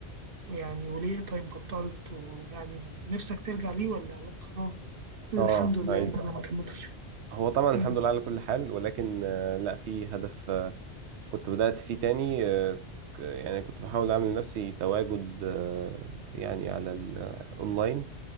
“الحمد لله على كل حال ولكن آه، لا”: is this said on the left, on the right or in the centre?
Right